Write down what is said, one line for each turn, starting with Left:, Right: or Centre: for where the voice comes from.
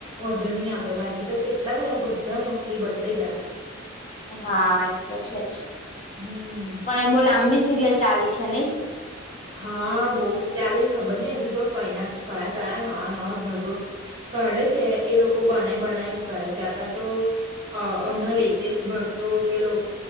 Right: વધુ નહી આવતો બાકી તો કેટલા બધા બધા મોસ્ટલી બદલાઈ ગયા.
Left: હા એ તો છે જ
Right: હમ
Left: પણ એ બો લાંબી સિરિયલ ચાલી છે નહી
Right: હા બઉ ચાલી ખબર ની હજુ તો કયના કયા કયા નવા નવા ભાગો કાઢે છે એ લોકો બનાય બનાય જ કરે છે અત તો અમણાં
Left: હમ
Right: લેટેસ્ટ ભા તો પેલો